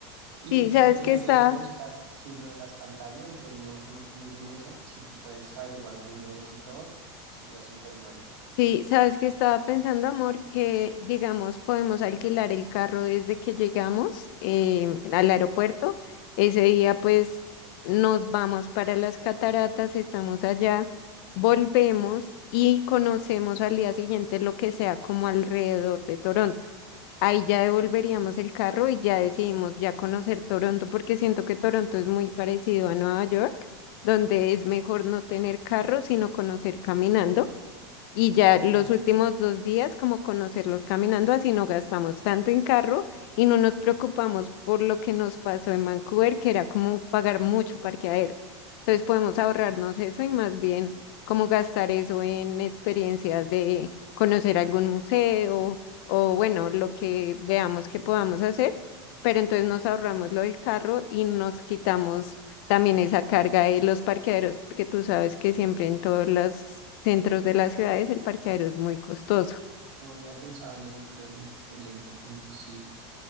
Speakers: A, on the right; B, on the left.
A: Y
B: Sí, sabes
A: quiero que
B: que
A: me
B: está
A: ayudes a buscar, si lo de las pantallas, yo no conozco muy bien eso, si tú puedes averiguar dónde es y todo, sería súper bueno.
B: Sí, sabes que estaba pensando, amor, que digamos podemos alquilar el carro desde que llegamos em, al aeropuerto. Ese día pues nos vamos para las cataratas, estamos allá, volvemos y conocemos al día siguiente lo que sea como alrededor de Toronto. Ahí ya devolveríamos el carro y ya decidimos ya conocer Toronto porque siento que Toronto es muy parecido a Nueva York, donde es mejor no tener carro sino conocer caminando. Y ya
A: O
B: los últimos dos días, como conocerlos caminando, así no gastamos tanto en carro y no nos preocupamos por lo que nos pasó en Vancouver, que era como pagar mucho parqueadero. Entonces podemos ahorrarnos eso y más bien como gastar eso en experiencias de conocer algún museo o bueno, lo que veamos que podamos hacer, pero entonces nos ahorramos lo del carro y nos quitamos también esa carga de los parqueaderos, porque tú sabes que siempre en todos los centros de las ciudades el parqueadero es muy costoso.
A: No había pensado en eso, pero es un excelente punto, sí.